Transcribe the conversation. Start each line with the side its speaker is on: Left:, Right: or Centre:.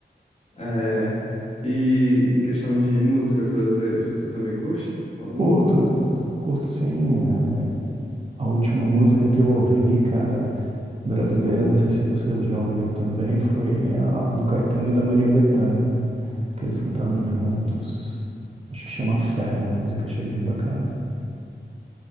Left: É, e em questão de músicas brasileiras, você também curte algumas
Right: Curto,
Left: bandas?
Right: curto, curto sim. é, a última música que eu ouvi, cara. brasileira, não sei se você já ouviu também, foi a do Caetano e da Maria Bethânia, que eles cantaram juntos. Acho que chama Fé a música, achei bem bacana. O